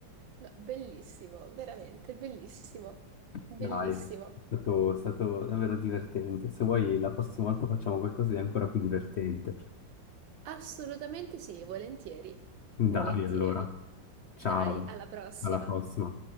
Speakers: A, on the right; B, on the left.
A: No, bellissimo, veramente bellissimo, bellissimo.
B: Dai, è stato, è stato davvero divertente. Se vuoi, la prossima volta facciamo qualcosa di ancora più divertente.
A: Assolutamente sì, volentieri,
B: Dai,
A: volentieri.
B: allora, ciao,
A: Dai, alla prossima.
B: alla prossima.